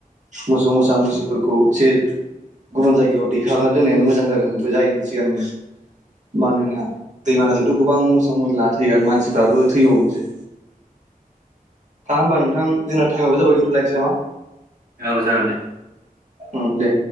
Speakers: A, on the right; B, on the right.
A: मोसौ मोसा मैसोफोरखौ एसे गुबुन जायगायाव दैखांना दोननायानो मोजां जागोन जायैनि सिगांनो मानोना दैमानाजोंथ गोबां मोसौ मोस्ला थैग मानसिफ्राबो थैबावोसै दा होमबा नोंथां जोंना टाइमावबो जाबाय दोनथलायनोसै नामा?
B: औ जागोन दे।
A: उम दे।